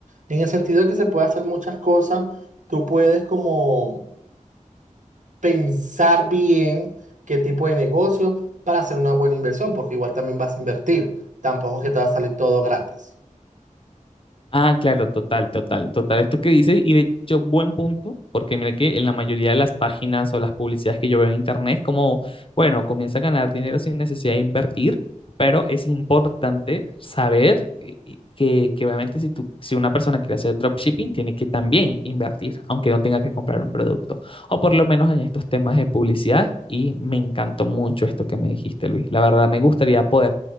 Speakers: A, on the right; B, on the left.
A: En el sentido de que se puede hacer muchas cosas, tú puedes como pensar bien qué tipo de negocio para hacer una buena inversión, porque igual también vas a invertir. Tampoco es que te va a salir todo gratis.
B: Ah, claro, total, total, total. Esto que dices, y de hecho, buen punto, porque mira que en la mayoría de las páginas o las publicidades que yo veo en internet es como, bueno, comienza a ganar dinero sin necesidad de invertir, pero es importante saber eh, eh, que, que obviamente si tú, si una persona quiere hacer dropshipping, tiene que también invertir, aunque no tenga que comprar un producto, o por lo menos en estos temas de publicidad, y me encantó mucho esto que me dijiste, Luis. La verdad, me gustaría poder